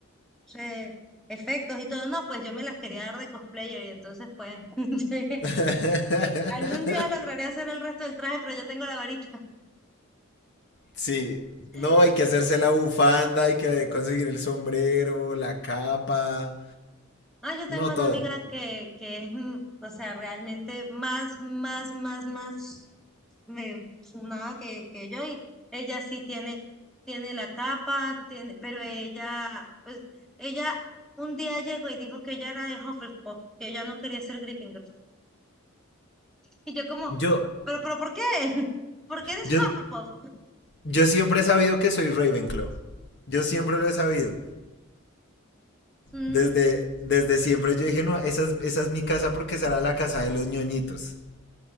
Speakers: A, in the centre; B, on the left.
A: puse efectos y todo. No, pues yo me las quería dar de cosplayer y entonces pues <laughs> sí,
B: <laughs>
A: algún día lograré hacer el resto del traje, pero yo tengo la varita.
B: Sí.
A: <laughs>
B: No, hay que
A: Sí.
B: hacerse la bufanda, hay que conseguir el sombrero, la capa.
A: Ah, yo tengo
B: No,
A: una
B: todo.
A: amiga que, que es, mm, o sea, realmente más, más, más, más. me, nada que, que yo, y ella sí tiene, tiene la capa, tiene, pero ella, pues, ella un día llegó y dijo que ella era de Hufflepuff, que ella no quería ser Gryffindor. Y yo como,
B: Yo,
A: pero, pero, ¿por qué? <laughs> ¿Por qué eres
B: yo,
A: Hufflepuff?
B: yo siempre he sabido que soy Ravenclaw. Yo siempre lo he sabido.
A: Mm,
B: Desde, desde siempre yo dije, no, esa es, esa es mi casa porque será la casa de los ñoñitos.